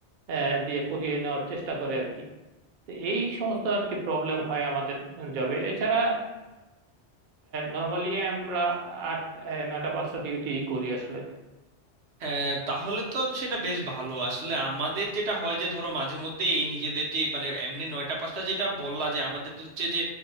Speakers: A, on the right; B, on the right.
A: আহ, দিয়ে করিয়ে নেওয়ার চেষ্টা করে আর কি তো এই সমস্ত আর কি প্রবলেম হয় আমাদের জবে এছাড়া নর্মালি আমরা আট আহ, নয়টা পাঁচটা ডিউটি করি আসলে
B: হ্যাঁ তাহলে তো সেটা বেশ ভালো আসলে আমাদের যেটা হয় যে ধরো মাঝে মধ্যে এই নিজেদের যে মানে এমনি নয়টা পাঁচটা যেটা বললা যে আমাদের তো হচ্ছে যে